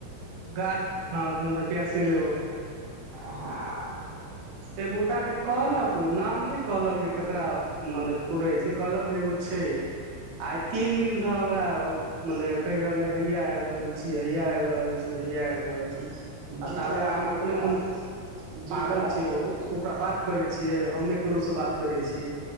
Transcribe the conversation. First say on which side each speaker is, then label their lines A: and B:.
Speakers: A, on the right (about 65°); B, on the right (about 80°).
A: गार हँ तह तऽ कैश से लेब
B: हाँ
A: एक गोटा के कहलक ओ नाम ने कहलक जे केकरा मने पुरे से कहलक जे एगो छै ह आइ तीन दिनसँ हमरा मने कहि रहले हैया आबि रहल छी हैया आबि रहल छी हैया आबि रहल छी
B: जीत
A: ताबे
B: वला
A: हम
B: के कहियौ
A: अपने
B: ने
A: मोने
B: जीत
A: पागल
B: वला
A: छी हयौ
B: के
A: ओकरा बात करै छियै हम नय ककरोसँ बात करैय छियै